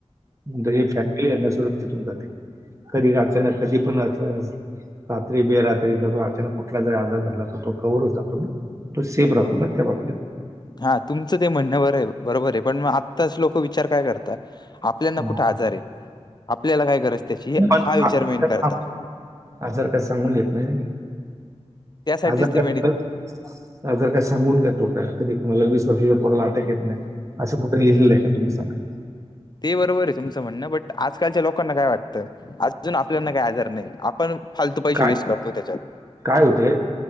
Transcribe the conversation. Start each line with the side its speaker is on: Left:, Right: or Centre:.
Right: जे फॅमिली यांना सुरक्षित होन जाते, कधी अचानक कधी पण असं रात्री बेरात्री कर तो अचानक कुठला जर आजार झाला, तर तो कवर होऊन जातो न. तो सेफ राहतो
Left: हो.
Right: ना त्या बाबतीत.
Left: हा तुमचं ते म्हणणं बर आहे बरोबर आहे, पण मग आत्ताच लोक विचार काय करता आप ल्याना
Right: हम्म.
Left: कुठ आजार आहे, आपल्याला काय गरज त्याची
Right: पण
Left: हा विचार
Right: आजार
Left: मेन
Right: काय
Left: करता.
Right: आजार काय सांगून येत नाही
Left: त्यासाठीच
Right: व आजार
Left: ती मेडी
Right: का आजार काय सांगून येतो का? कधी कोणाला वीस वर्षाच्या पोराला अटॅक येत नाही. असं कुठे लिहिलं आहे तुम्ही सांगा?
Left: ते बरोबर आहे तुमचं म्हणणं, बट आजकालच्या लोकांना काय वाटतं अजून आपल्याना काय आजार नाही आपण फालतू पैसे
Right: काय
Left: वेस्ट करतोय त्याच्यात.
Right: काय होते?